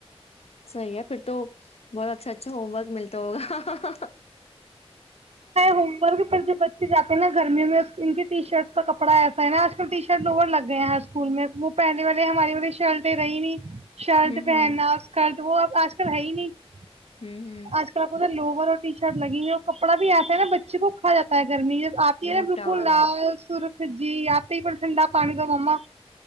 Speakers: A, on the left (about 75°); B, on the right (about 80°).
A: <inaudible> صحیح ہے پھر تو بہت اچھا اچھا ہوم ورک ملتا ہوگا
B: ہوم ورک پھر جب بچے جاتے ہیں گرمیوں میں سکن کے ٹی شرٹس کا کپڑا ایسا ہے نا اج کل ٹی شر لگ گئے ہیں سکول میں وہ پہلے والے ہماری والی شرٹیں رہی نہیں شرٹ
A: ہوں
B: پہنا
A: ہوں
B: اسکرٹ وہ اب آج کل ہے ہی نہیں <inaudible>
A: ہوں ہوں
B: آج کل آپ اگر ٹی شرٹ لگی ہو کپڑا بھی ایسا ہے نا بچے کو کھا جاتا ہے گرمی آتی
A: موٹا
B: ہے نا بالکل
A: والا
B: لال سرخ پھر جی اتے ہی پھر ٹھنڈا پانی کا ماما